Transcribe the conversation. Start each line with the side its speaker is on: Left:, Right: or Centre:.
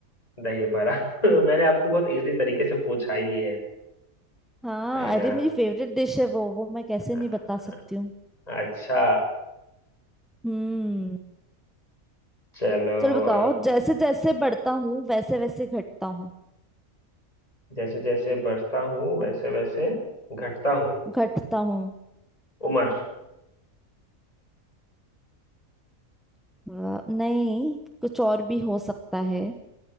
Left: दही बड़ा <laughs> मैंने आपको बहुत इजीली तरीके से पूछा ही है
Centre: हाँ
Left: है ना
Centre: अरे मेरी फेवरेट डिश है वो वो मैं कैसे
Left: अ-
Centre: नहीं बता सकती हूँ
Left: अच्छा
Centre: हम्म
Left: चलो
Centre: चलो बताओ
Left: अब
Centre: जैसे जैसे बढ़ता हूँ वैसे वैसे घटता हूँ
Left: जैसे जैसे बढ़ता हूँ वैसे वैसे घटता हूँ
Centre: घटता हूँ
Left: उम्र
Centre: वाह, नहीं कुछ और भी हो सकता है